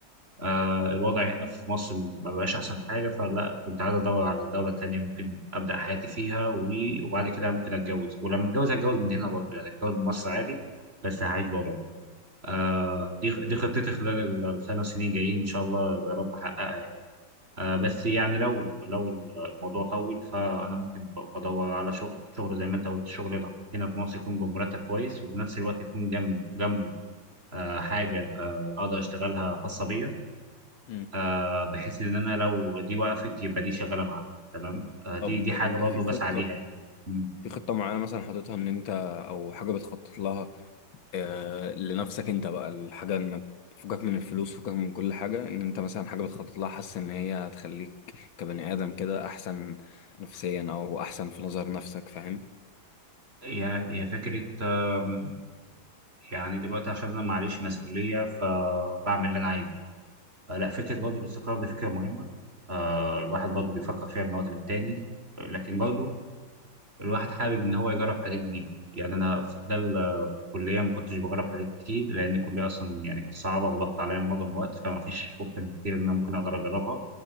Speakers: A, on the right; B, on the left.
A: آه، الوضع هنا في مصر ما بقاش أحسن حاجة فلا كنت عايز أدور على دولة تانية ممكن أبدأ حياتي فيها و- وبعد كده ممكن أتجوز ولما أتجوز هتجوز من هنا برضه يعني أتجوز من مصر عادي بس هعيش بره آه، دي دي خطتي خلال ال- الخمس سنين جايين إن شاء الله يا رب أحققها يعني آه، بس يعني لو لو الموضوع طول فأنا ممكن ب- بدور على شغل شغل زي ما أنت قلت شغل هنا في مصر يكون بمرتب كويس وفي نفس الوقت يكون جنب جنبه آه، حاجة آه، أقدر أشتغلها خاصة بيا
B: مم.
A: آه بحيث ان انا لو دي وقفت يبقى دي شغاله معاها تمام آه دي
B: طب
A: دي حاجه
B: انت
A: برضه
B: في خطة
A: بس عليها يعني مم.
B: في خطة معينة مثلا حاططها ان انت او حاجة بتخطط لها آه لنفسك انت بقى الحاجة انك فكك من الفلوس فكك من كل حاجة ان انت مثلا حاجة بتخطط لها حاسس ان هي هتخليك كبني ادم كده احسن نفسيا او احسن في نظر نفسك فاهم
A: هي هي فكره آم، يعني دلوقتي عشان انا معليش مسؤوليه فبعمل اللي انا عايزه آه لا فكره برضه الاستقرار ده فكره مهمه آه الواحد برضه بيفكر فيها من وقت للتاني آه، لكن برضه الواحد حابب ان هو يجرب حاجات جديده يعني انا في خلال آه، الكليه ما كنتش بجرب حاجات كتير لان الكليه اصلا يعني كانت صعبه وضغط عليا معظم الوقت فما فيش اوبشن كتير ان انا ممكن اقدر اجربها